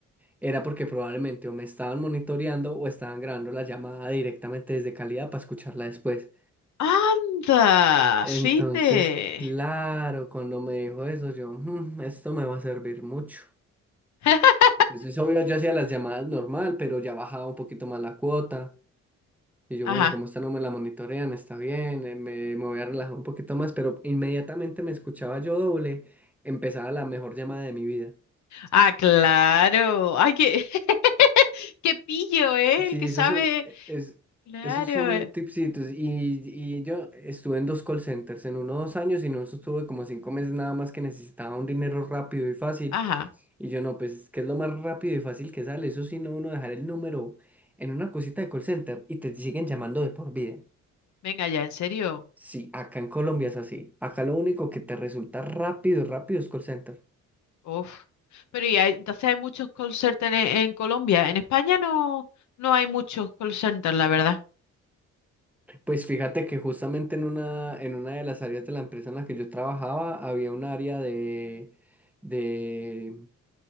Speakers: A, in the centre; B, on the left (about 70°).
A: era porque probablemente o me estaban monitoreando o estaban grabando la llamada directamente desde calidad para escucharla después.
B: Anda,
A: Entonces,
B: fíjate.
A: claro, cuando me dijo eso, yo, "Mm, esto me va a servir mucho.
B: <laughs>
A: Entonces, obvio, yo hacía las llamadas normal, pero ya bajaba un poquito más la cuota. Y yo,
B: Ajá.
A: bueno, como esta no me la monitorean, está bien, eh, me, me voy a relajar un poquito más, pero inmediatamente me escuchaba yo doble, empezaba la mejor llamada de mi vida.
B: Ah, claro. Ay, qué, <laughs> qué pillo, ¿eh?
A: Sí,
B: El que
A: esos
B: sabe.
A: son, e- es,
B: Claro.
A: esos son tipsitos. Y, y yo estuve en dos call centers, en uno dos años, y no estuve como cinco meses nada más que necesitaba un dinero rápido y fácil.
B: Ajá.
A: Y yo no, pues, ¿qué es lo más rápido y fácil que sale? Eso sí, no uno dejar el número en una cosita de call center y te siguen llamando de por vida.
B: Venga ya, en serio.
A: Sí, acá en Colombia es así. Acá lo único que te resulta rápido, rápido es call center.
B: Uf. Pero y hay- entonces hay muchos call centers en, en Colombia. En España no, no hay muchos call centers, la verdad.
A: Pues fíjate que justamente en una, en una de las áreas de la empresa en la que yo trabajaba había un área de, de,